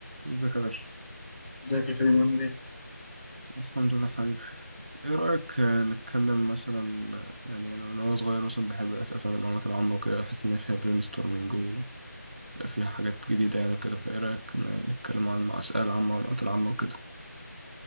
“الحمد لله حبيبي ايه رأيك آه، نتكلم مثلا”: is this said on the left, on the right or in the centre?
Right